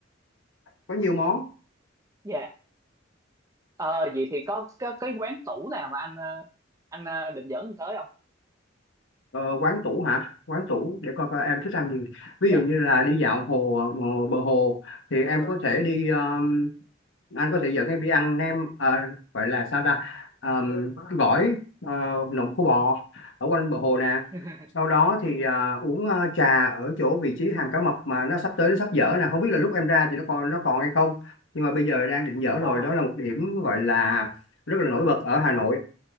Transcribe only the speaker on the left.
có nhiều món
Ờ, quán tủ hả? Quán tủ để coi coi em thích ăn gì. Ví
dụ như là đi dạo hồ, hồ bờ hồ thì em có thể đi um, anh có thể dẫn em đi ăn nem ờ, gọi là sao ta Ờm, gỏi ờ, nộm khô bò ở quanh bờ hồ nè.
Sau đó thì à, uống ờ, trà ở chỗ vị trí hàm cá mập mà nó sắp tới nó sắp dở nè, không biết là lúc em ra thì nó còn nó còn hay không. Nhưng mà bây giờ đang định dở
rồi, đó là một điểm gọi là rất là nổi bật ở Hà Nội.